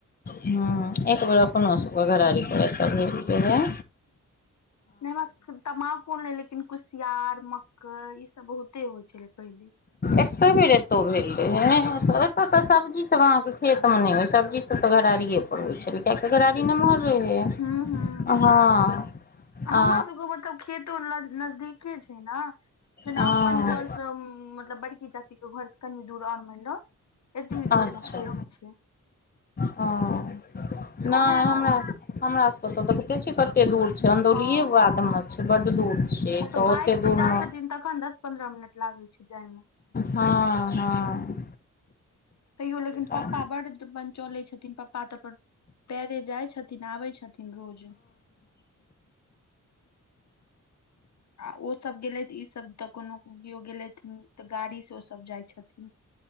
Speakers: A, on the left; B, on the left.
A: ह एक बेेर अपनो सबके घरारी प एल रहे
B: नहि हमरा तमाकूल नै लेकिन कुसियार मक्कई ई सब बहुते होय छलै पहिले
A: एके बेर एतौ भेल रहै एतय तऽ सब्जी सब अहाँके खेत मे नहि होय सब्जी सब तऽ गरारिए पर होय छलै कियाकि गरारी नमहर रहैय
B: हँ हँ
A: हँ आ
B: हमर सबके मतलब खेतो नज नजदीके छै न जेना
A: हँ
B: अपन घर से मतलब बड़कीचाची क घरसँ कनि दूर आओर मानि लौत एतबी
A: अच्छा
B: दूरमे खेत छै
A: हँ नहि
B: तऽ उहेमे
A: हमरा हमरा सब के त देखते छी कते दूर छै अंदौलिये
B: हँ हँ
A: बाद में छै बड दूर छै
B: ओ तऽ बाइक
A: ओते
B: से
A: दूर
B: जाय
A: मे
B: छथिन तखन दस पन्द्रह मिनट लागै छै जाय मे
A: हँ हँ
B: तैयो लेकिन पप्पा
A: हँ
B: बड़ अपन चलै छथिन पप्पा तऽ अपन पैरे जाय छथिन आबै छथिन तिन रोज आ ओसभ गेलथि ईसभ तऽ कोनो केओ गेलथिन तऽ गाड़ी से ओ सभ जाय छथिन